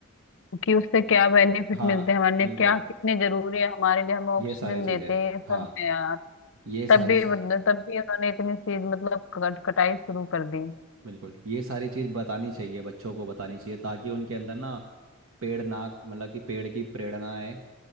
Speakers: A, on the left; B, on the right.
A: कि उससे क्या बेनिफिट
B: हाँ
A: मिलते हैं हमारे लिए
B: बिल्कुल
A: क्या कितने जरूरी है हमारे लिए हमें ऑक्सीजन
B: ये सारी चीजें
A: देते हैं ये सब
B: हाँ
A: है यार
B: ये सारी
A: तब भी
B: चीज़
A: मतलब- तब भी उन्होंने इतनी चीज मतलब कट, कटाई शुरू कर दी
B: बिल्कुल ये सारी चीज बतानी चाहिए बच्चों को बतानी चाहिए ताकि उनके अंदर ना पेड़ ना मतलब कि पेड़ की प्रेरणा है